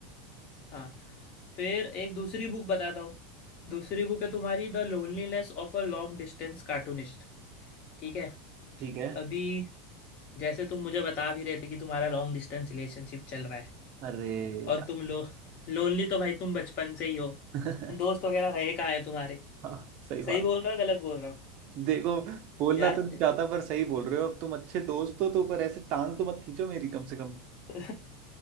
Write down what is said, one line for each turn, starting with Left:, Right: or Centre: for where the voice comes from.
Left: हाँ फिर एक दूसरी बुक बताता हूँ दूसरी बुक है तुम्हारी the loneliness of a long distance cartoonist ठीक है
Right: ठीक है
Left: अभी जैसे तुम मुझे बता भी रहे थे कि तुम्हारा लॉन्ग डिस्टेंस रिलेशनशिप चल रहा है
Right: अरे
Left: और
Right: यार।
Left: तुम लो लोनली तो भाई तुम बचपन से ही हो
Right: <laughs>
Left: दोस्त वगैरह रहे कहाँ हैं तुम्हारे
Right: हाँ सही बात
Left: सही बोल रहा हूँ गलत बोल रहा हूँ
Right: देखो बोलना
Left: यार
Right: तो नहीं चाहता पर सही बोल रहे हो अब तुम अच्छे दोस्त हो तो पर ऐसे टांग तो मत खींचो मेरी कम से कम
Left: <laughs>